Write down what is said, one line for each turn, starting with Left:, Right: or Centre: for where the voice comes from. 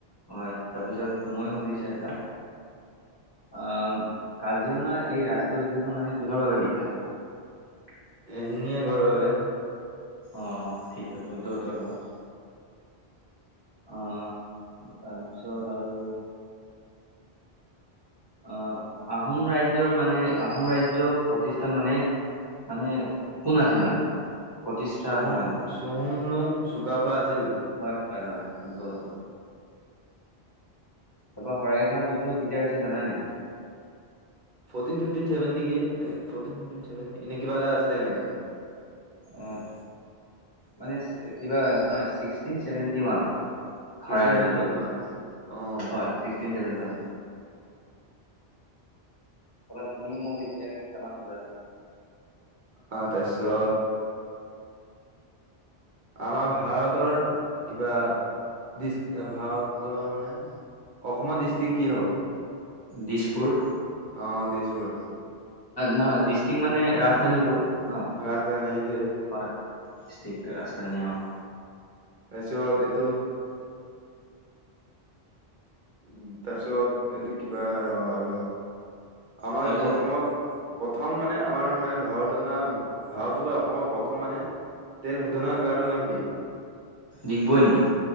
Left: অ' তাৰপিছত মইো সুধিছা এটা। আহ কাজিৰঙা এই ৰাষ্ট্ৰীয় উদ্যানখন মানে কিহৰ বাবে বিখ্যাত? <inaudible>
Right: এশিঙীয়া গড়ৰ বাবে।
Left: অহ ঠিকে, শুদ্ধ উত্তৰ বাৰু। অহ, তাৰপিছত আৰু অহ আহোম ৰাজ্যৰ মানে, আহোম ৰাজ্য প্ৰতিষ্ঠান মানে মানে, কোন আছিল মানে? প্ৰতিষ্ঠাৰ
Right: চহুম
Left: সময়ত মানে
Right: চহুম লোম চুকাফা আছিল।
Left: হয় হয় হয় শুদ্ধ উত। তাৰ পৰাৰা শৰাইঘাট যুদ্ধ কেতিয়া হৈছিল জানা নেকি?
Right: ভ নেকি ফভ ননে কিবাটা আছিলে এনেকা।
Left: অ' মানে কিবা নহয় ছিক্সটিন চেভেটি ওৱান।
Right: ছিক্সটিন
Left: হয়, হয়,
Right: ছেভেনটিন
Left: যুদ্ধত।
Right: মান অ
Left: হয় ফিভটিন চেভেন্টী ওৱান। কবাত তুমি মোক এতিয়া কেইটামান সোধা।
Right: অহ তাৰপিছত। আমাৰ ভাৰতৰ কিবা ডিচ ভাৰতৰ মানে অসমৰ ডিষ্ট্ৰিক কি হ'ব।
Left: দিছপুৰ।
Right: অহ, দিছপুৰ।
Left: নহয়, ডিষ্ট্ৰিক মানে ৰাজধানীটো ন,
Right: ৰাজধানী সেইটোৱে
Left: হয় হয়। ডিষ্ট্ৰিক ৰাজধানী অহ।
Right: তাৰপিছত এইটো উম, তাৰপিছত এইটো কিবা ৰ আৰু। আমাৰ
Left: তাৰপিছত
Right: প্ৰথমত প্ৰথম মানে আমাৰ মানে ভাৰত অনা, ভাৰতৰ বা অসমৰ প্ৰথম মানে তেল শোধনৰ গাৰটোৰ নাম কি?
Left: ডিগবৈ নেকি?